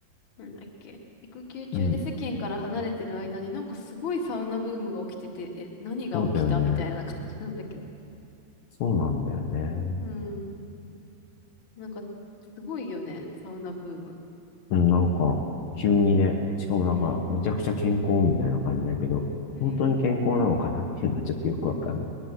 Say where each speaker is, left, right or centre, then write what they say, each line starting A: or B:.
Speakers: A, on the left (about 35°); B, on the left (about 70°).
A: なんだっけ、育休中で世間から離れてる間になんかすごいサウナブームが起きてて、
B: うん、
A: え、何が起きたみたいな感じなんだけど。
B: そうだよね。そうなんだよね。
A: うん。なんか、すごいよね、サウナブーム。
B: うん、なんか、急にね、しかもなんか、
A: うん。
B: めちゃくちゃ健康みたいな感じだけど、
A: うん。
B: 本当に健康なのかなっていうのはちょっとよくわかんない。